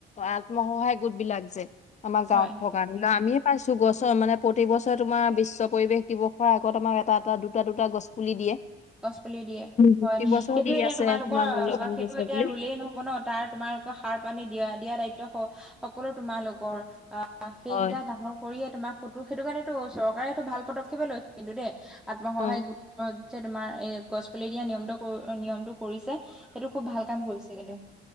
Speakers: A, on the left; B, in the centre.
A: আত্মসহায়ক গোট বিলাক যে আমাৰ গাঁৱত
B: হয়
A: থকা না আমিয়ে পাইছো গছৰ মানে প্ৰতি বছৰে তোমাৰ বিশ্ব পৰিবেশ দিৱসৰ আগত আমাক এটা এটা, দুটা দুটা গছ পুলি দিয়ে
B: গছ পুলি দিয়ে
A: প্ৰতি
B: হয়।
A: বছৰ
B: সেইটো
A: দি
B: এতিয়া
A: আছে
B: তোমালোকৰ
A: তোমাৰ মূল্যবান
B: সেইটো
A: গছৰ
B: এতিয়া
A: পুলি
B: ৰুলেই নহব ন তাৰ তোমালোকৰ সাৰ পানী দিয়া দিয়া দায়িত্ব স সকলো তোমালোকৰ সেইকেইটা
A: হয়
B: ডাঙৰ কৰিয়ে তোমাৰ ফটো সেইটো কাৰনেটো চৰকাৰে এইটো ভাল পদক্ষেপে লৈছে কিন্তু দেই আত্মসহায়ক
A: অ
B: গোটত যে তোমাৰ এ গছ পুলি দিয়া নিয়মটো ক নিয়মটো কৰিছে সেইটো খুব ভাল কাম কৰিছে কিন্তু